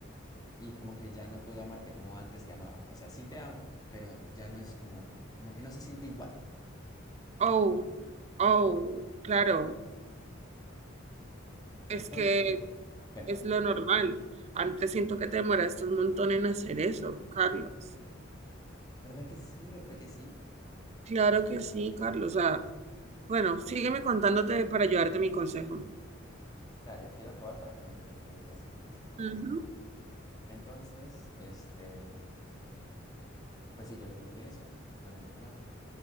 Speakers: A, on the left (about 20°); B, on the right (about 35°).
A: y como que ya no puedo amarte como antes te amaba. O sea, sí te amo, pero ya no es como, como que no se siente igual.
B: oh, oh, claro, es
A: Entonces,
B: que
A: cuéntame.
B: Es lo normal. Antes siento que te demoraste un montón en hacer eso, Carlos.
A: ¿Verdad que sí? ¿Verdad que sí?
B: Claro que sí, Carlos. Ah, bueno, sígueme contándote para ayudarte mi consejo.
A: Dale, quiero acabar para que me, que me digas, que me aconsejas.
B: Ujú.
A: Entonces, este, pues sí, yo le dije eso, no me dijo nada.